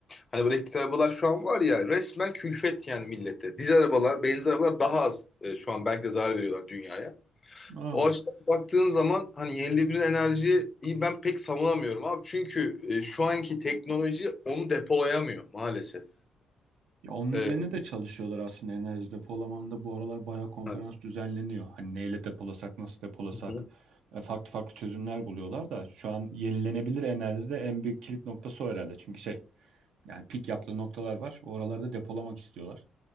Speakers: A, on the left (about 25°); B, on the right (about 80°).
A: Hani böyle elektrikli arabalar şu an var ya resmen külfet yani millete. Dizel arabalar, benzin arabalar daha az e, şu an belki de zarar veriyorlar dünyaya.
B: Aa.
A: O açıdan baktığın zaman hani yenilenebilir enerjiyi ben pek savunamıyorum abi. Çünkü e, şu anki teknoloji onu depolayamıyor maalesef.
B: Ya onun
A: E,
B: üzerine de çalışıyorlar aslında enerji depolamanda bu aralar bayağı konferans
A: Hı
B: düzenleniyor. Hani neyle depolasak, nasıl depolasak
A: hı.
B: e, farklı farklı çözümler buluyorlar da şu an yenilenebilir enerjide en büyük kilit noktası o herhalde. Çünkü şey yani pik yaptığı noktalar var. Oralarda depolamak istiyorlar.